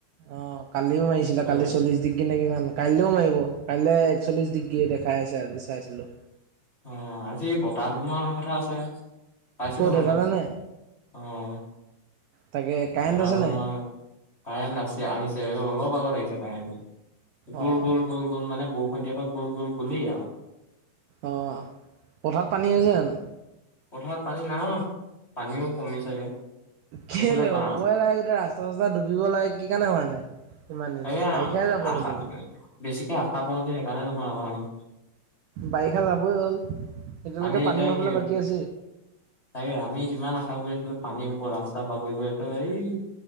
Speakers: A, on the right; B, on the left.
A: অ কালিও মাৰিছিলা
B: তাতে
A: কালি চল্লিছ ডিগ্ৰী কি নে কিমান কাইলৈও মাৰিব কাইলৈ একচল্লিশ ডিগ্ৰী দেখাই আছে আজি চাইছিলোঁ
B: অ আজি বতাহ ধুমুহা অহা কথা আছে পাইছিলোঁ
A: ক'ত
B: মানে
A: সেইফালে নে
B: অহ
A: তাকে কাৰেণ্ট
B: বতাহ
A: আছে
B: ধুমুহা
A: নাই
B: কাৰেণ্ট আছে আহিছে অলপ আগত আহিছে কাৰেণ্টটো গ'ল
A: অ',
B: গ'ল গ'ল গ'ল মানে বৰষুণ দিযা পৰা গ'ল গ'ল গ'লেই আৰু
A: অ পথাত পানী আছে জানো
B: পথাৰত পানী নাই পানীও কমিছেগে
A: কেলে
B: এইফালে বা
A: হ'বই লাগে গোটেই ৰাস্তা ডুবিব লাগে কি কাৰণে হোৱা নাই ইমান দিনে
B: আকে
A: বাৰিষাই যাব
B: আশা
A: হ'ল দেখোন
B: বেছিকে আশা কৰোঁ যে সেইকাৰণে নহয় আমি
A: বাৰিষা যাবই হ'ল এতিয়ালৈকে
B: আমি এতিয়া
A: পানী হবলৈ বাকী আছিল
B: তাকে আমি কিমান আশা কৰিছিলো পানী হ'ব ৰাস্তা বাগৰি গৈ পেলাই এই